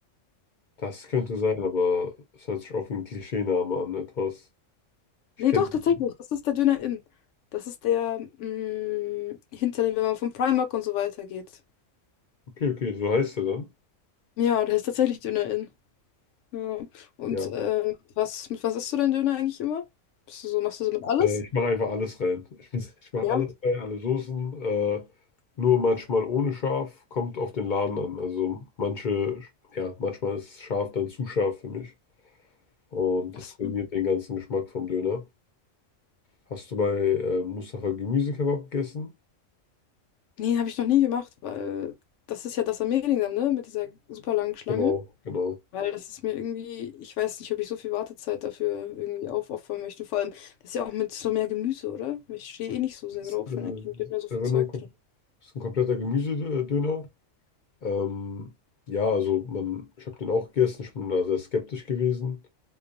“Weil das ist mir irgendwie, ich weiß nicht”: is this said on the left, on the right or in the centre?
Left